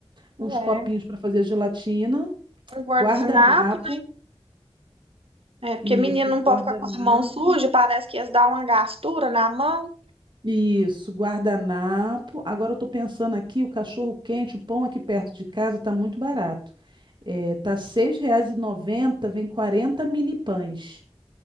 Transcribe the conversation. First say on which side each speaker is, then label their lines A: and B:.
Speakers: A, on the right; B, on the right.
A: Os
B: é.
A: copinhos para fazer gelatina,
B: Um guardanapo,
A: guardanapo,
B: é porque
A: isso,
B: menina não
A: guardanapo,
B: pode ficar com a mão suja, parece que ia dar uma gastura na mão.
A: isso, guardanapo. Agora eu tô pensando aqui, o cachorro quente, o pão aqui perto de casa tá muito barato. É, tá R$ seis reais e noventa vem 40 mini pães.